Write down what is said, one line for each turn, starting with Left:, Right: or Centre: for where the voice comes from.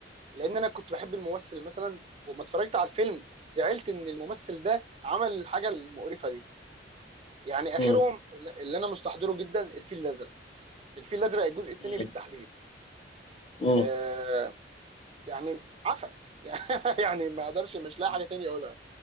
Right: لان انا كنت بحب الممثل مثلا وما اتفرجت على الفيلم زعلت ان الممثل ده عمل الحاجه المقرفه دي يعني اخرهم
Left: مم.
Right: اللي اللي انا مستحضره جدا الفيل الازرق الفيل الازرق الجزء الثاني
Left: مم.
Right: بالتحديد
Left: مم.
Right: آه يعني عفن <laughs> يعني يعني ما اقدرش مش لاقي
Left: مم.
Right: حاجه تانية اقولها